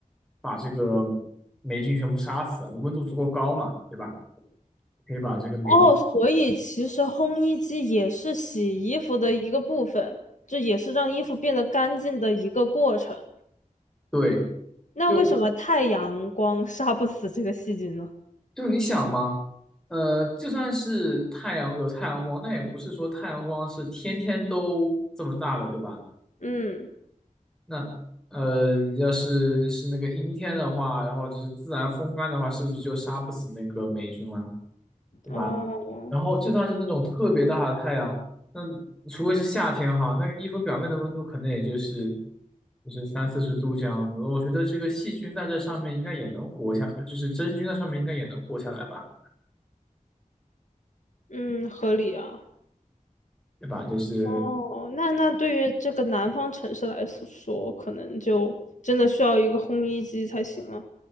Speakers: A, in the centre; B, on the left.
A: 把这个霉菌全部杀死，温度足够高嘛，对吧？可以把这个霉菌，
B: 哦，所以其实烘衣机也是洗衣服的一个部分，这也是让衣服变得干净的一个过程。
A: 对，
B: 那为什么太阳光
A: 就
B: <laughs> 杀不死这个细菌呢？
A: 就你想嘛，呃，就算是太阳有太阳光，那也不是说太阳光是天天都这么大的，对吧？
B: 嗯，
A: 那呃，要是是那个阴天的话，然后就是自然风干的话，是不是就杀不死那个霉菌了？对吧？
B: 哦，
A: 然后就算是那种特别大的太阳，那除非是夏天哈，那个衣服表面的温度可能也就是就是三四十度这样子。我觉得这个细菌在这上面应该也能活下，就是真菌在上面应该也能活下来吧，
B: 嗯，合理啊。
A: 对吧？就是
B: 哦，那那对于这个南方城市来说，说可能就真的需要一个烘衣机才行了。